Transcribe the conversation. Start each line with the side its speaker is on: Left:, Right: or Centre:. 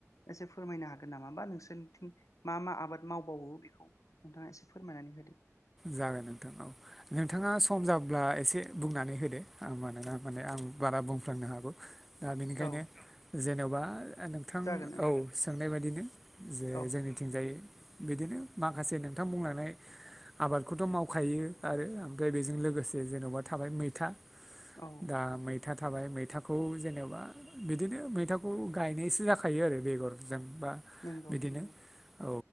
Left: एसे फोरमायनो हागोन हागोन नामा होमबा नोंसोरनिथिं मा मा आबाद मावबावो बेखौ नोंथाङा एसे फोरमायनानै होदो।
Centre: जागोन नोंथां औ नोंथाङा सम जाब्ला एसे बुंनानै होदो मानोना माने आं बारा बुंफ्लांनो हागौ। दा बेनिखायनो
Left: औ
Centre: जेन'बा नोंथां
Left: जागोन नोंथां
Centre: औ सोंनाय बायदिनो जे
Left: औ
Centre: जोंनिथिंजायै बिदिनो माखासे नोंथां बुंलायनाय आबादखौथ' मावखायो आरो ओमफ्राय बेजों लोगोसे जेन'बा थाबाय मैथा
Left: औ
Centre: दा मैथा थाबाय मैथाखौ जेनेबा बिदिनो मैथाखौ गायनायसो जाखायो आरो बेगरजोंबा
Left: नंगौ
Centre: बिदिनो
Left: नंगौ
Centre: औ